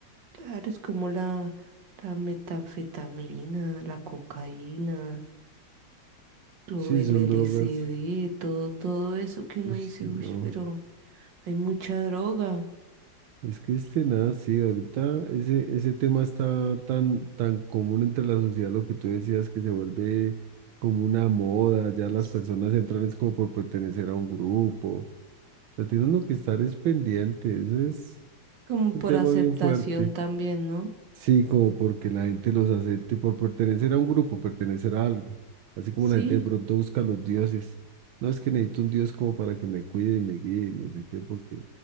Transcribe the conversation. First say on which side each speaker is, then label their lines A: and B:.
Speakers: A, on the right (about 65°); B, on the right (about 80°).
A: Claro, es como la, la metanfetamina, la cocaína, todo
B: Sí,
A: el
B: son
A: LSD,
B: drogas.
A: todo, todo eso que uno
B: Uy,
A: dice,
B: no.
A: uy, pero hay mucha droga.
B: Es que este nada, sí, ahorita ese, ese tema está tan, tan común entre la sociedad, lo que tú decías, que se vuelve como una moda, ya las
A: Es
B: personas entran es como por pertenecer a un grupo, o sea, tiene uno que estar es pendiente, eso es,
A: como
B: un
A: por
B: tema
A: aceptación
B: bien fuerte,
A: también, ¿no?
B: sí, como porque la gente los acepte por pertenecer a un grupo, pertenecer a algo, así como
A: Sí,
B: la gente de pronto busca a los dioses, no es que necesito un dios como para que me cuide y me guíe, no sé qué, porque